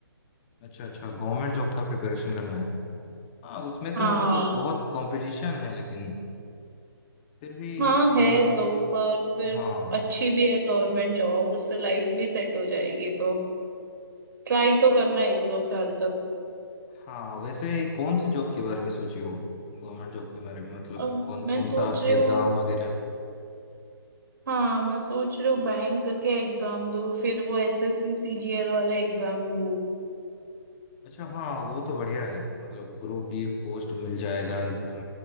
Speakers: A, on the left; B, on the right.
A: अच्छा अच्छा गवर्नमेंट जॉब का प्रिपरेशन करना है हाँ उसमें
B: हाँ
A: तो मतलब बहुत कंपटीशन है लेकिन फिर भी
B: हाँ है
A: मतलब
B: तो पर फिर
A: हाँ
B: अच्छी भी है गवर्नमेंट जॉब उससे लाइफ भी सेट हो जाएगी तो ट्राई तो करना है एक दो साल तक
A: हाँ वैसे कौन से जॉब के बारे में सोची हो गवर्नमेंट जॉब के बारे में मतलब
B: अब
A: कौन
B: मैं
A: कौन
B: सोच
A: सा
B: रही हूँ
A: एग्जाम वगैरह
B: हाँ मैं सोच रही हूँ बैंक के एग्जाम दो फिर वो एसएससी सीजीएल वाला एग्जाम दो
A: अच्छा हाँ वो तो बढ़िया है मतलब ग्रुप बी पोस्ट मिल जाएगा इधर